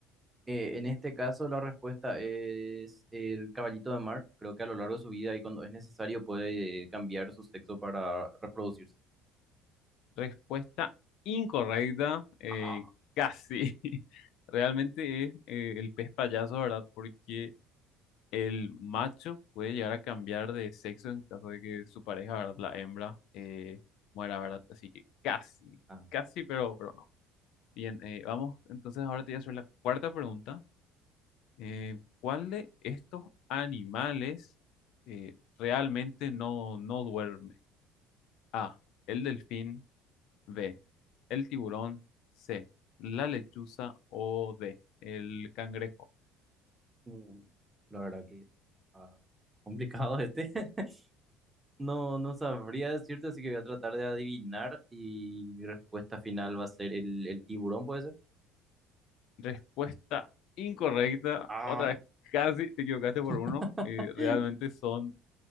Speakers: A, on the right (about 20°); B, on the left (about 70°).
A: Eh, en este caso, la respuesta es el caballito de mar. Creo que a lo largo de su vida y cuando es necesario puede eh, cambiar su sexo para reproducirse.
B: Respuesta incorrecta, eh,
A: Ah.
B: casi. <laughs> Realmente es eh, el pez payaso, ¿verdad? Porque El macho puede llegar a cambiar de sexo en caso de que su pareja, ¿verdad? La hembra eh, muera, ¿verdad? Así que casi,
A: Ah,
B: casi, pero, pero no. Bien, eh, vamos, entonces ahora te voy a hacer la cuarta pregunta. Eh, ¿cuál de estos animales eh, realmente no, no duerme? A, el delfín, B, el tiburón, C, la lechuza o D, el cangrejo.
A: uh, la verdad que ah, complicado este. <laughs> No, no sabría decirte, así que voy a tratar de adivinar y mi respuesta final va a ser el, el tiburón, ¿puede ser?
B: Respuesta incorrecta.
A: Ah.
B: Otra vez, casi te equivocaste por uno.
A: <laughs>
B: Eh, realmente son